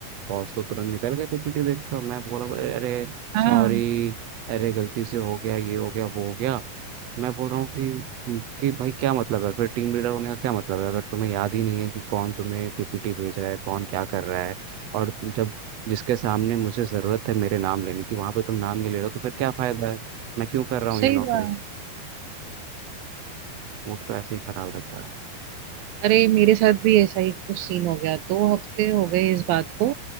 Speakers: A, on the right; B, on the right.
A: बॉस तो तुरंत निकल गए पीपीटी देखकर मैं बोला अरे अरे
B: हाँ
A: सॉरी अरे गलती से हो गया ये हो गया वो हो गया मैं बोल रहा हूँ कि कि भाई क्या मतलब है फिर टीम लीडर होने का क्या मतलब है अगर तुम्हें याद ही नहीं है कि कौन तुम्हें पीपीटी भेज रहा है कौन क्या कर रहा है और जब जिसके सामने मुझे ज़रूरत है मेरे नाम लेने की वहाँ पे तुम नाम नहीं ले रहे हो तो फिर क्या फ़ायदा है मैं क्यों कर रहा हूँ
B: सही
A: ये नौकरी
B: बात
A: मूड तो ऐसे ही खराब रहता है
B: अरे मेरे साथ भी ऐसा ही कुछ सीन हो गया दो हफ्ते हो गए इस बात को